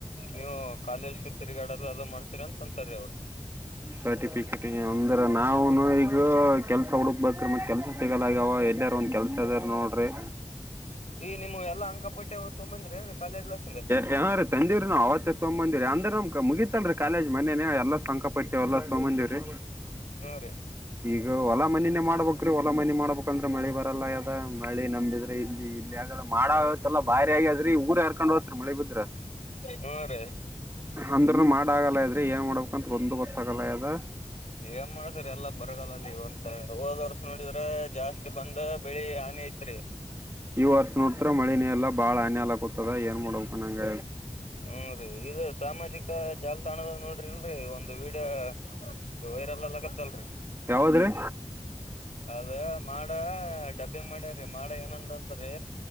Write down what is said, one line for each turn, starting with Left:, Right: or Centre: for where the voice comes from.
Left: ನೀವು ಕಾಲೇಜ್ಗೆ ತಿರುಗಾಡದು ಅದು ಮಾಡ್ತೀರಿ ಅಂತ ಅಂತಾರೀ ಅವ್ರ.
Right: ಸರ್ಟಿಫಿಕೇಟ್ ಅಂದ್ರ ನಾವನು ಈಗ ಕೆಲ್ಸ ಹುಡುಕ್ಬೇಕ್ರ ಮತ್ತ ಕೆಲ್ಸ ಸಿಗಲಾಗ್ಯಾವ ಅವ ಎಲ್ಲರ ಒಂದ ಕೆಲಸ ಇದ್ರ ನೋಡ್ರಿ.
Left: ಎ ನಿಮುವ ಎಲ್ಲ ಅಂಕಪಟ್ಟಿ ಅವ್ ತೊಗೊ ಬಂದ್ರಿ ಏನ್ ಕಾಲೇಜ್ ಕ್ಲಾಸ್ ದಿಂದ್.
Right: ಹಾನ್ ರೀ ತಂದ್ವಿರಿ ನವು ಅವತ್ತ ತೊಗ ಬಂದ್ವಿರಿ ಅಂದ್ರೆ ನ್ ಮುಗಿತ ಅಲ್ರಿ ಕಾಲೇಜ ಮೋನೆನ್ನೆ ಎಲ್ಲ ಸಂಕಲ್ಪ ಪಟ್ಟಿ ಅವೆಲ್ಲ ತಗೋಬಂದ್ವರೀ.
Left: ಹ್ಮ ರೀ.
Right: ಈಗ ಹೊಲ ಮನಿನೇ ಮಾಡ್ಬೇಕ್ರೀ ಹೊಲ ಮನಿ ಮಾಡ್ಬೇಕಂದ್ರೆ ಮಳಿ ಬರಲ್ಲ ಆಗ್ಯದ ಮಳಿ ನಮ್ದಿದ ಇಲ್ಲಿ ಇಲ್ಲಿ ಆಗಲ್ಲ ಮಾಡ ಐತ್ತಲ್ಲಾ ಭಾರಿ ಆಗ್ಯದ್ರೀ ಊರ್ ಹರ್ಕೊಂಡ್ ಹೋತ್ರಿ ಮಳಿ ಬಿದ್ರ.
Left: ಹ್ಮ ರೀ.
Right: ಅಂದ್ರ್ನು ಮಾಡಾಗಲ್ಲ ಇದ್ರೆ ಏನ್ ಮಾಡ್ಬೇಕಂತ ಒಂದು ಗೊತ್ತಾಗಲ್ಲದ.
Left: ಏನ್ ಮಾಡ್ತರಿ ಎಲ್ಲಾ ಬರಗಲ್ಲದ ಈ ವರ್ಷ ಹೋದ್ ವರ್ಷ ನೋಡಿದ್ರ ಜಾಸ್ತಿ ಬಂದ ಬೆಳಿ ಹಾನಿ ಐತ್ರಿ.
Right: ಈ ವರ್ಷ ನೋಡ್ತ ಮಳಿನ ಇಲ್ಲ ಬಾಳ ಹನಿಯಾಲ ಕುೂತದ ಏನ್ ಮಾಡಬೇಕ ನಂಗ
Left: ಹ್ಮ ರೀ ಇ ಸಾಮಾಜಿಕ ಜಾಲತಾಣದ ನೋಡ್ರಿಲ್ರರಿ ಒಂದು ವೀಡಿಯೋ. ವೈರಲ ಅಗಲಕತ್ತಲರಿ.
Right: ಯಾವದ್ರಿ.
Left: ಅದ ಮಾಡ ಡಬ್ ಮಾಡ್ಯೀ ಮಾಡ ಏನಂತಂದ್ರೆ